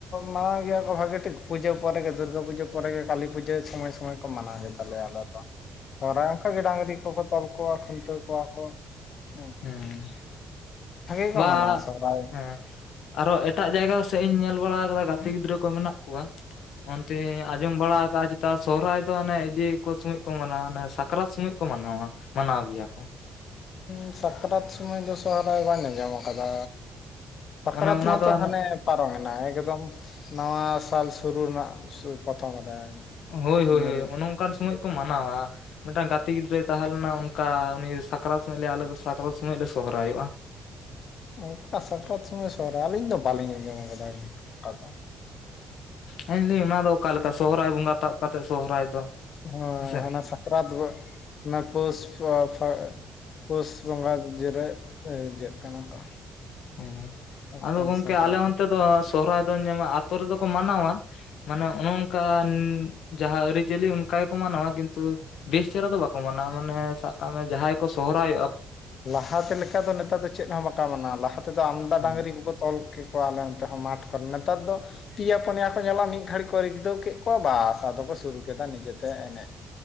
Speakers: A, on the left; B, on the left.
A: ᱢᱟᱱᱟ ᱜᱮᱭᱟ ᱠᱚ ᱵᱷᱟᱹᱜᱤ ᱴᱷᱤᱠ ᱯᱩᱡᱟᱹ ᱯᱚᱨᱮ ᱜᱮ ᱫᱩᱨᱜᱟᱹ ᱯᱩᱡᱟᱹ ᱯᱚᱨᱮ ᱜᱮ ᱠᱟᱹᱞᱤ ᱯᱩᱡᱟᱹ ᱥᱚᱢᱚᱭ ᱥᱚᱢᱚᱭ ᱠᱚᱭ ᱠᱚ ᱢᱟᱱᱟᱣ ᱦᱩᱭᱩᱜ ᱛᱟᱞᱮᱭᱟ ᱟᱞᱮ ᱫᱚ ᱥᱚᱦᱨᱟᱭ ᱚᱱᱠᱟ ᱜᱮ ᱰᱟᱝᱨᱤ ᱠᱚᱠᱚ ᱛᱚᱞ ᱠᱚᱣᱟ ᱠᱷᱩᱱᱴᱟᱹᱣ ᱠᱚᱣᱟ ᱠᱚ ᱦᱮ
B: ᱦᱮᱸ
A: ᱵᱷᱟᱜᱮ
B: ᱵᱟ
A: ᱢᱟᱱᱟᱣ ᱥᱚᱦᱨᱟᱭ
B: ᱦᱮᱸ ᱟᱨᱚ ᱮᱴᱟᱜ ᱡᱟᱭᱜᱟ ᱥᱮᱫ ᱤᱧ ᱧᱮᱞ ᱵᱟᱲᱟ ᱟᱠᱟᱫᱟ ᱜᱟᱛᱮ ᱜᱤᱫᱽᱨᱟᱹ ᱠᱚ ᱢᱮᱱᱟᱜ ᱠᱚᱣᱟ ᱚᱱᱛᱮ ᱟᱸᱡᱚᱢ ᱵᱟᱲᱟ ᱠᱟᱜ ᱱᱮᱛᱟᱨ ᱥᱚᱨᱦᱟᱭ ᱫᱚ ᱚᱱᱮ ᱤᱡᱤ ᱠᱚ ᱥᱚᱢᱚᱭ ᱠᱚ ᱢᱟᱱᱟᱣᱟ ᱚᱱᱮ ᱥᱟᱠᱨᱟᱛ ᱥᱚᱢᱚᱭ ᱠᱚ ᱢᱟᱱᱟᱣᱟ ᱢᱟᱱᱟᱣ ᱜᱮᱭᱟ ᱠᱚ
A: ᱩᱻ ᱥᱟᱠᱨᱟᱛ ᱥᱚᱢᱚᱭ ᱫᱚ ᱥᱚᱦᱨᱟᱭ ᱵᱟᱹᱧ ᱟᱸᱡᱚᱢ ᱟᱠᱟᱫᱟ ᱥᱟᱠᱨᱟᱛ
B: ᱢᱟᱱᱮ ᱚᱱᱟ
A: ᱢᱟᱛᱚ
B: ᱫᱚ ᱚᱱᱮ
A: ᱦᱟᱱᱮ ᱯᱟᱨᱚᱢᱮᱱᱟ ᱮᱠᱫᱚᱢ ᱱᱟᱣᱟ ᱥᱟᱞ ᱥᱩᱨᱩ ᱨᱮᱱᱟᱜ ᱯᱚᱛᱷᱚᱢ ᱨᱮ
B: ᱦᱳᱭ ᱦᱳᱭ
A: ᱤᱝᱨᱮᱡᱤ
B: ᱦᱳᱭ ᱚᱱᱮ ᱚᱱᱠᱟᱱ ᱥᱚᱢᱳᱭ ᱠᱚ ᱢᱟᱱᱟᱣᱟ ᱢᱤᱫᱴᱟᱝ ᱜᱟᱛᱮ ᱜᱤᱫᱽᱨᱟᱹ ᱛᱟᱦᱮᱸ ᱞᱮᱱᱟ ᱚᱱᱠᱟ ᱩᱱᱤ ᱥᱟᱠᱨᱟᱛ ᱥᱚᱢᱚᱭ ᱞᱮ ᱟᱞᱮ ᱫᱚ ᱥᱟᱠᱨᱟᱛ ᱥᱚᱢᱚᱭ ᱞᱮ ᱥᱚᱦᱨᱟᱭᱚᱜ-ᱟ᱾
A: ᱚᱱᱠᱟ ᱥᱟᱠᱨᱟᱛ ᱥᱚᱢᱚᱭ ᱥᱚᱨᱦᱟᱭ ᱟᱹᱞᱤᱧ ᱫᱚ ᱵᱟᱝ ᱞᱤᱧ ᱟᱸᱡᱚᱢ ᱟᱠᱟᱫᱟ ᱟᱫᱚ
B: ᱦᱩ ᱤᱧ ᱫᱟᱹᱧ ᱚᱱᱟ ᱫᱚ ᱚᱠᱟᱞᱮᱠᱟ ᱥᱚᱦᱨᱟᱭ ᱵᱚᱸᱜᱟ ᱛᱟᱵ ᱠᱟᱛᱮᱫ ᱥᱚᱦᱚᱨᱟᱭ ᱫᱚ
A: ᱦᱳᱭ
B: ᱦᱮᱸᱥᱮ
A: ᱦᱟᱱᱟ ᱥᱟᱠᱨᱟᱛ ᱠᱚ ᱚᱱᱟ ᱯᱳᱥ <unintelligible> ᱯᱩᱥ ᱵᱚᱸᱝᱜᱟ ᱡᱤᱨᱟ. ᱜ ᱤᱭᱟᱹᱜ ᱠᱟᱱᱟ ᱠᱚ
B: ᱦᱩᱸ
A: ᱛᱟᱨᱯᱚᱨ
B: ᱟᱫᱚ ᱜᱚᱝᱠᱮ
A: ᱥᱚᱦᱨᱟᱭ
B: ᱟᱞᱮ ᱚᱱᱛᱮ ᱫᱚ ᱥᱚᱦᱨᱟᱭ ᱫᱚ ᱧᱮᱞ ᱢᱮ ᱟᱹᱛᱩ ᱫᱚ ᱠᱚ ᱢᱟᱱᱟᱣᱟ ᱢᱟᱱᱮ ᱚᱱᱮ ᱚᱱᱠᱟᱱ ᱡᱟᱦᱟᱸ ᱟᱹᱨᱤᱪᱟᱹᱞᱤ ᱚᱱᱠᱟ ᱜᱮᱠᱚ ᱢᱟᱱᱟᱣᱟ ᱠᱤᱱᱛᱩ ᱵᱮᱥ ᱪᱮᱦᱨᱟ ᱫᱚ ᱵᱟᱠᱚ ᱢᱟᱱᱟᱣ ᱢᱟᱱᱮ ᱥᱟᱵ ᱠᱟᱜ ᱢᱮ ᱡᱟᱦᱟᱸᱭ ᱠᱚ ᱥᱚᱦᱨᱟᱭᱚᱜ-ᱟ
A: ᱞᱟᱦᱟ ᱛᱮ ᱞᱮᱠᱟ ᱫᱚ ᱱᱮᱛᱟᱨ ᱫᱚ ᱪᱮᱫ ᱦᱚᱸ ᱵᱟᱠᱟ ᱢᱟᱱᱟᱣᱟ ᱞᱟᱦᱟ ᱛᱮᱫᱚ ᱟᱢᱫᱟ
B: ᱦᱩᱸ
A: ᱰᱟᱝᱨᱤ ᱠᱚᱠᱚ ᱛᱚᱞ ᱠᱮᱠᱚᱣᱟ ᱟᱞᱮ ᱚᱱᱛᱮ ᱦᱚᱸ ᱢᱟᱴᱷ ᱠᱚᱨᱮ ᱱᱮᱛᱟᱨ ᱫᱚ ᱯᱤᱭᱟ ᱯᱩᱱᱭᱟ ᱠᱚ ᱧᱮᱞᱚᱜ-ᱟ ᱢᱤᱫ ᱜᱷᱟᱹᱲᱤ ᱠᱚ ᱨᱤᱠᱫᱟᱹᱣ ᱠᱮᱫ ᱠᱚᱣᱟ ᱵᱟᱥ ᱟᱫᱚ ᱠᱚ ᱥᱩᱨᱩ ᱠᱮᱫᱟ ᱱᱤᱡᱮ ᱛᱮ ᱮᱱᱮᱡ